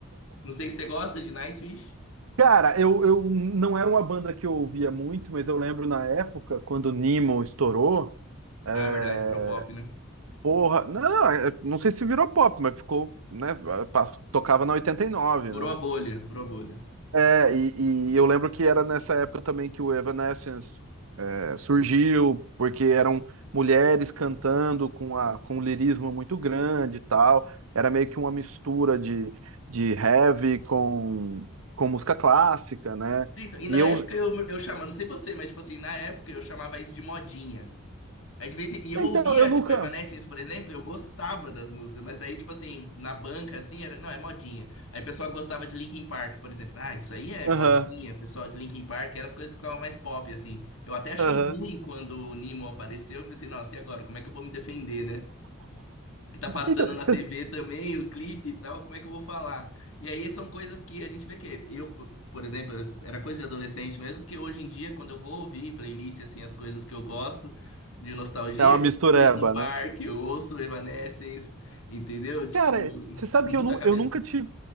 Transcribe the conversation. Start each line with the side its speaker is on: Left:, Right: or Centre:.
Left: Não sei se você gosta de Nightwish.
Right: Cara, eu, eu não era uma banda que eu ouvia muito, mas eu lembro na época, quando o Nemo estourou, é,
Left: Ah, é verdade, Europop, né?
Right: porra, não, é, não sei se virou pop, mas ficou, né, pa- tocava na 89,
Left: Furou
Right: né?
Left: a bolha, furou a bolha.
Right: É, e, e eu lembro que era nessa época também que o Evanescence surgiu porque eram mulheres cantando com, a, com um lirismo muito grande e tal. Era meio que uma mistura de, de heavy com, com música clássica, né?
Left: Então, E na
Right: E eu.
Left: época eu, eu chamava, não sei você, mas tipo assim, na época eu chamava isso de modinha. Aí de vez em, e eu
Right: Então,
Left: ouvia,
Right: eu nunca.
Left: tipo, Evanescence, por exemplo, eu gostava das músicas, mas aí, tipo assim, na banca, assim, era, não, é modinha. Aí o pessoal gostava de Linkin Park, por exemplo. Ah, isso aí é
Right: Aham,
Left: modinha, o pessoal de Linkin Park, eram as coisas que ficavam mais pop, assim. Eu até achei
Right: aham.
Left: ruim quando o Nemo apareceu, eu pensei, nossa, e agora, como é que eu vou me defender, né? que tá passando
Right: Então,
Left: na
Right: você-
Left: TV também, o clipe e tal, como é que eu vou falar? E aí são coisas que a gente vê que eu, po- por exemplo, era coisa de adolescente mesmo, que hoje em dia, quando eu vou ouvir playlist, assim, as coisas que eu gosto de nostalgia,
Right: É uma
Left: eu
Right: mistureba,
Left: ouço Linkin Park,
Right: né?
Left: eu ouço Evanescence, entendeu? Tipo,
Right: cara, você sabe
Left: muda
Right: que eu, nu-
Left: a cabeça.
Right: eu nunca tive.